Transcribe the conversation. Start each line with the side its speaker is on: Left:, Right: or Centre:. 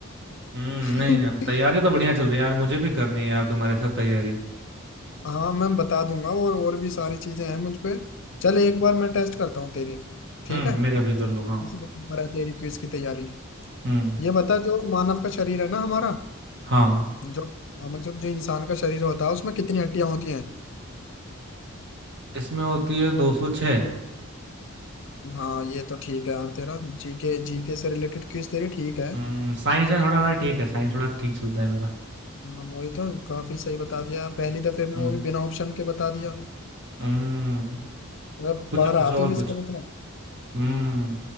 Right: हम्म
Left: <laughs>
Right: नहीं यार तैयारी तो बढ़िया चल रही है यार मुझे भी करनी है यार तुम्हारे साथ तैयारी
Left: हाँ मैं बता दूंगा और और भी सारी चीजें हैं मुझ पे चल एक बार मैं टेस्ट करता हूँ तेरी ठीक
Right: हम्म
Left: है
Right: मेरा भी कर लो हाँ
Left: इसलिए पर है तेरी क्विज की तैयारी
Right: हम्म
Left: ये बता जो मानव का शरीर है ना हमारा
Right: हाँ
Left: जो हाँ, मतलब जो इंसान का शरीर होता है उसमें कितनी हड्डियां होती हैं
Right: इसमें होती है दो सौ छः
Left: हाँ ये तो ठीक है यार तेरा जीके जीके से रिलेटेड क्विज तेरी ठीक है
Right: साइंस में थोड़ा मेरा ठीक है साइंस थोड़ा ठीक चलता है मेरा
Left: हाँ, वही तो काफी सही बता दिया पहली दफे में
Right: हम्म
Left: वो भी बिना ऑप्शन के बता दिया
Right: हम्म
Left: मतलब
Right: पूछो
Left: पढ़ रहा
Right: पूछो
Left: तो
Right: और
Left: भी
Right: पूछो
Left: इसका मतलब
Right: हम्म